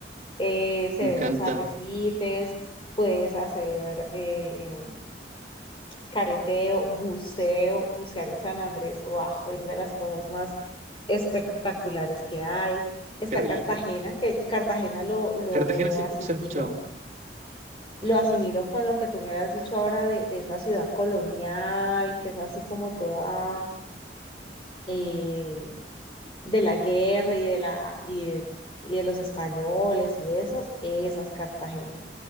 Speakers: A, on the left; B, on the right.
A: Eh, se
B: Me encanta.
A: ven los arrecifes, puedes hacer eh, careteo, buceo, bucear en San Andrés, bajo, es de las cosas más espectaculares que hay. Está
B: Qué rico.
A: Cartagena, que Cartagena lo, lo
B: Cartagena se,
A: asimilo,
B: se ha escuchado.
A: lo asimilo con lo que tú me has dicho ahora de, de esa ciudad colonial, que es así como toda eh, de la guerra y de la y de, y de los españoles y eso, esas Cartagena.